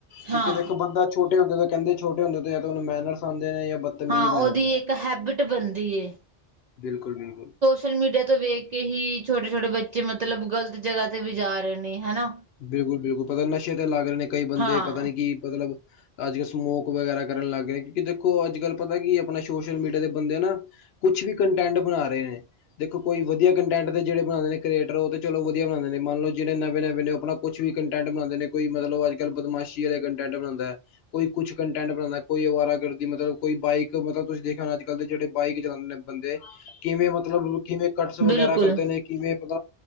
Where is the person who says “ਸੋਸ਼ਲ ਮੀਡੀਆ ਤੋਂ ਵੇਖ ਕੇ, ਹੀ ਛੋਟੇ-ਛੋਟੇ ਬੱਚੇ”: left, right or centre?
Right